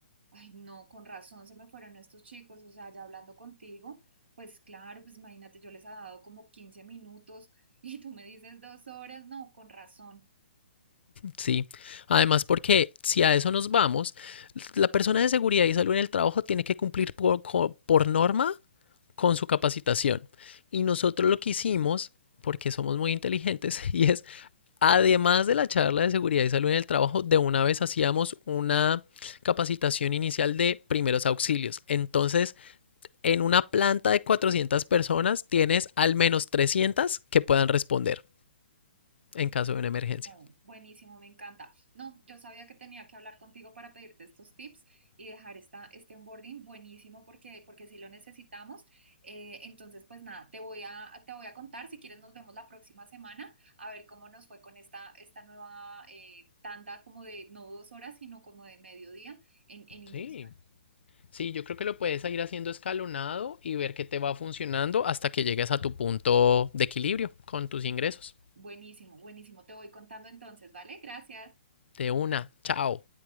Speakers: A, on the right; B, on the left.
A: Ay, no, con razón se me fueron estos chicos, o sea, ya hablando contigo, pues claro, pues imagínate, yo les he dado como 15 minutos y tú me dices dos horas, no, con razón.
B: Sí, además porque si a eso nos vamos, la persona de seguridad y salud en el trabajo tiene que cumplir por, por norma con su capacitación. Y nosotros lo que hicimos, porque somos muy inteligentes, <laughs> y es, además de la charla de seguridad y salud en el trabajo, de una vez hacíamos una capacitación inicial de primeros auxilios. Entonces, en una planta de 400 personas tienes al menos 300 que puedan responder
A: Ay,
B: en caso de una emergencia.
A: Oh, buenísimo, me encanta. No, yo sabía que tenía que hablar contigo para pedirte estos tips y dejar esta, este onboarding buenísimo porque, porque sí lo necesitamos. Eh, entonces, pues nada, te voy a, te voy a contar. Si quieres, nos vemos la próxima semana a ver cómo nos fue con esta, esta nueva eh, tanda como de no dos horas, sino como de mediodía en, en inducción.
B: Sí. Sí, yo creo que lo puedes ir haciendo escalonado y ver qué te va funcionando hasta que llegues a tu punto de equilibrio con tus ingresos.
A: Buenísimo, buenísimo. Te voy contando entonces, ¿vale? Gracias.
B: De una, chao.